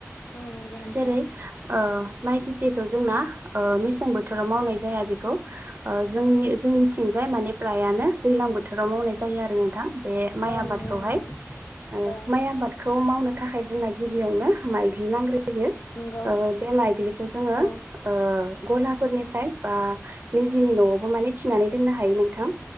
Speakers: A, on the left (about 70°); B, on the right (about 45°).
A: औ नंगौ नोंथां
B: जेरै माइ ओ माइ खे टिखौ जोंना मेसें बोथोराव मावनाय जाया बेखौ जोंनि जोंनिथिंजाय माने फ्रायानो दैज्लां बोथोर फोथोराव मावनाय जायो आरो नोंथां बे माइ
A: औ
B: आबादखौहाय
A: नंगौ नोंथां
B: ओ
A: औ
B: माइ आबादखौ मावनो थाखाय जोंना गिबियावनो माइग्लिनांग्रो फोयो
A: नंगौ
B: ओ बे माइग्लिखौ जोङो
A: औ
B: ओ गलाफोरनिफ्राय बा निजिनि न'आवबो माने थिनानै दोननो हायो नोंथां